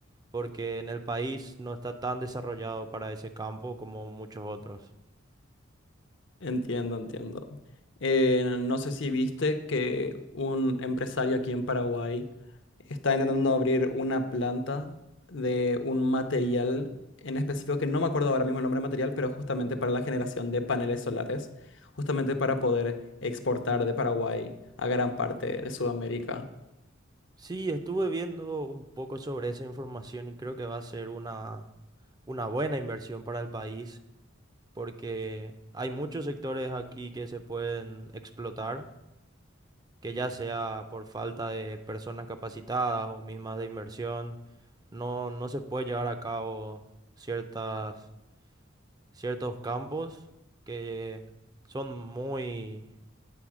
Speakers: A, on the right; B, on the left.
A: porque en el país no está tan desarrollado para ese campo como muchos otros.
B: Entiendo, entiendo. Eh, no no sé si viste que un empresario aquí en Paraguay está intentando abrir una planta de un material en específico que no me acuerdo ahora mismo el nombre del material, pero justamente para la generación de paneles solares, justamente para poder exportar de Paraguay a gran parte de Sudamérica.
A: Sí, estuve viendo un poco sobre esa información y creo que va a ser una, una buena inversión para el país porque hay muchos sectores aquí que se pueden explotar, que ya sea por falta de personas capacitadas o mismas de inversión, no, no se puede llevar a cabo ciertas, ciertos campos que son muy,